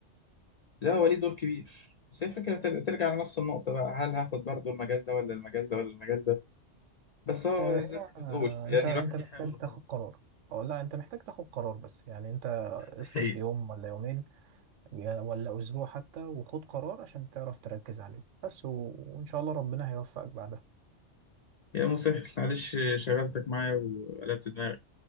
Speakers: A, on the left (about 55°); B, on the right (about 80°).
A: لا هو ليه دور كبير بس هي الفكرة تر- ترجع لنفس النقطة بقى هل هاخد برضو المجال ده ولا المجال ده ولا المجال ده بس هو
B: آه،
A: زي
B: هنا
A: ما انت
B: آه،
A: بتقول يعني
B: أنت أنت
A: الواحد
B: محتاج
A: يحاول وخلاص
B: تاخد قرار أو لا أنت محتاج تاخد قرار بس يعني أنت
A: ده
B: اصرف
A: ده حقيقي
B: في يوم ولا يومين يا- ولا أسبوع حتى وخد قرار عشان تعرف تركز عليه بس و... وإن شاء الله ربنا هيوفقك بعدها
A: يا مسهل معلش شغلتك معايا وقلبت دماغي